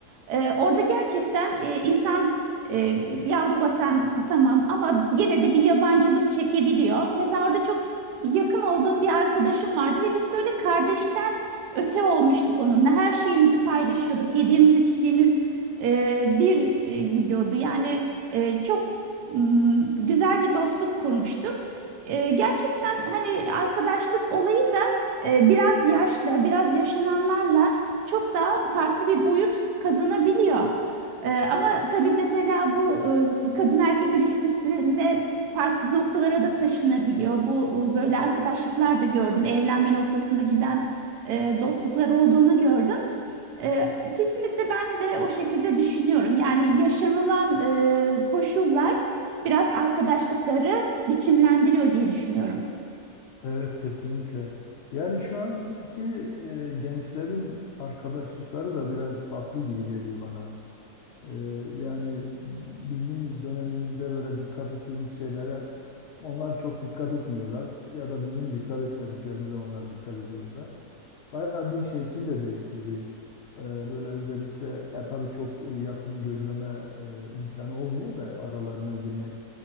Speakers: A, on the right; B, on the left.
A: Ee, orada gerçekten e, insan e, yavru vatan tamam ama gene de bir yabancılık çekebiliyor. Mesela orada çok yakın olduğum bir arkadaşım vardı ve biz böyle kardeşten öte olmuştuk onunla. Her şeyimizi paylaşıyorduk, yediğimiz içtiğimiz e, bir e, gidiyordu. Yani e, çok mm, güzel bir dostluk kurmuştuk. E, gerçekten hani arkadaşlık olayı da e, biraz yaşla, biraz yaşananlarla çok daha farklı bir boyut kazanabiliyor. E, ama tabii mesela bu e, kadın erkek ilişkisinde farklı noktalara da taşınabiliyor. Bu e, böyle arkadaşlıklar da gördüm. Evlenme noktasına giden e, dostluklar olduğunu gördüm. Ee, kesinlikle ben de o şekilde düşünüyorum. Yani yaşanılan e, koşullar biraz arkadaşlıkları biçimlendiriyor diye düşünüyorum.
B: Evet kesinlikle. Yani şu anki e, gençlerin arkadaşlıkları da biraz farklı gibi geliyor bana. E, yani bizim dönemimizde böyle dikkat ettiğimiz şeylere onlar çok dikkat etmiyorlar ya da bizim dikkat etmediklerimize onlar dikkat ediyorlar. Bayağı bir şekil de değiştirdi. E, böyle özellikle ya tabii çok e, yakın gözleme e, imkanı olmuyor da aralarına girmek